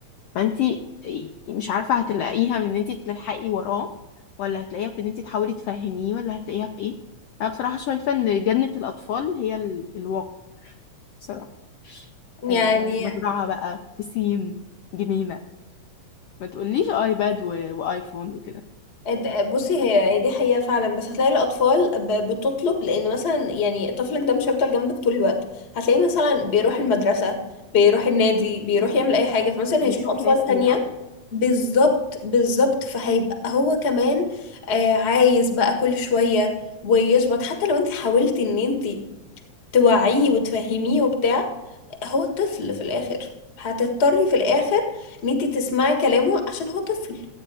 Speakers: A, on the left (about 75°); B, on the left (about 35°).
A: فانتي مش عارفة هتلاقيها من ان انتي تلحقي وراه ولا هتلاقيها في ان انتي تحاولي تفهميه ولا هتلاقيها في ايه انا بصراحة شايفة ان جنة الاطفال هي ال- الواقع بصراحة آه
B: يعني
A: مزرعة بقى بسين جنينة ما تقوليش ايباد و... وايفون وكده
B: د- بصي هي هي دي حقيقة فعلا بس هتلاقي الأطفال ب- بتطلب لأن مثلا يعني طفلك ده مش هيفضل جنبك طول الوقت هتلاقيه مثلا بيروح المدرسة بيروح النادي بيروح يعمل أي حاجة فمثلا هيشوف
A: بيشوف
B: أطفال
A: ناس بيلعبوا
B: تانية بالظبط بالظبط فهيبقى هو كمان آه عايز بقى كل شوية ويشبط حتى لو انت حاولتي ان انت توعيه وتفهميه وبتاع هو طفل في الاخر هتضطري في الاخر ان انت تسمعي كلامه عشان هو طفل